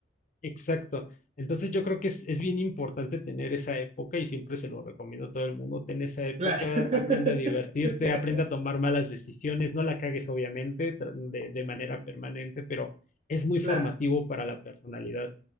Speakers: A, on the left; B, on the right.
A: exacto. Entonces yo creo que es, es bien importante tener esa época y siempre se lo recomiendo a todo el mundo, ten esa época,
B: Claro. <laughs>
A: aprende a divertirte, aprende a tomar malas decisiones, no la cagues obviamente tra- de, de manera permanente, pero es muy
B: Claro.
A: formativo para la personalidad.